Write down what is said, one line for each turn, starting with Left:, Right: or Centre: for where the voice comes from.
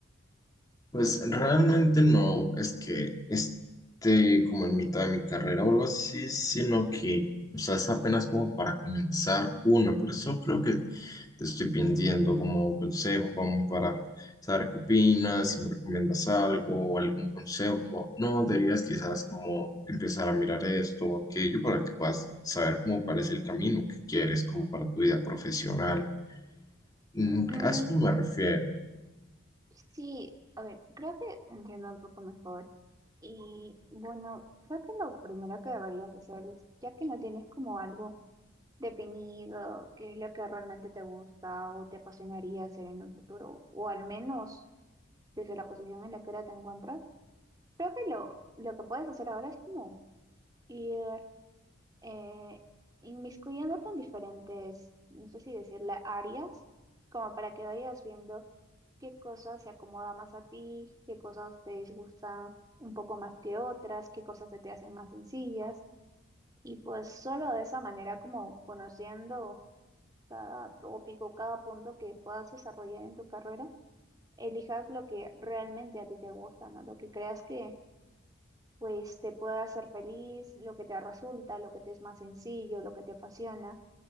Left: Pues realmente no es que esté como en mitad de mi carrera o algo así, sino que, o sea, es apenas como para comenzar una. Por eso creo que te estoy pidiendo como consejo, como para saber qué opinas, si me recomiendas algo o algún consejo, como, no, deberías quizás como empezar a mirar esto o aquello para que puedas saber como cuál es el camino que quieres como para tu vida profesional. Mm,
Right: Mm,
Left: A esto me refiero.
Right: sí, a ver, creo que te entiendo un poco mejor. Y bueno, creo que lo primero que deberías hacer es, ya que no tienes como algo definido, qué es lo que realmente te gusta o te apasionaría hacer en un futuro, o al menos desde la posición en la que ahora te encuentras, creo que lo, lo que puedes hacer ahora es como ir eh, inmiscuyéndote en diferentes, no sé si decirle áreas, como para que vayas viendo qué cosas se acomoda más a ti, qué cosas te disgustan un poco más que otras, qué cosas se te hacen más sencillas. Y pues solo de esa manera, como conociendo cada tópico, cada punto que puedas desarrollar en tu carrera, elijas lo que realmente a ti te gusta, ¿no? Lo que creas que pues te pueda hacer feliz, lo que te resulta, lo que te es más sencillo, lo que te apasiona.